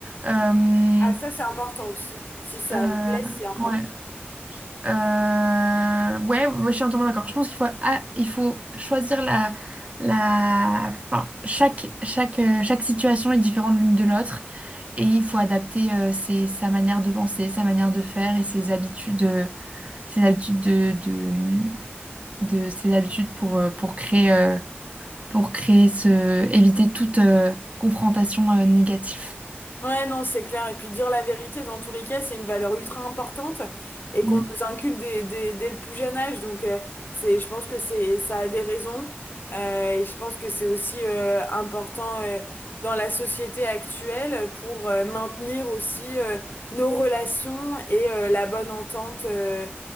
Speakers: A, on the right; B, on the left.
A: Euh,
B: ah ça c'est important aussi. Si ça
A: euh,
B: blesse, c'est important.
A: ouais. Euh, ouais, ouais, je suis entièrement d'accord. Je pense qu'il faut, ah, il faut choisir la, la, enfin, chaque, chaque, euh, chaque situation est différente l'une de l'autre et il faut adapter euh, ses- sa manière de penser, sa manière de faire et ses habitudes, euh, ses habitudes de, de, de- ses habitudes pour, euh, pour créer, euh, pour créer ce, éviter toute euh, confrontation euh, négative.
B: Ouais, non, c'est clair. Et puis dire la vérité, dans tous les cas, c'est une valeur ultra importante et
A: Mm.
B: qu'on nous inculque dès, dès, dès le plus jeune âge. Donc, euh, c'est, je pense que c'est, ça a des raisons. Euh, et je pense que c'est aussi euh, important euh, dans la société actuelle pour euh, maintenir aussi euh, nos relations et euh, la bonne entente euh,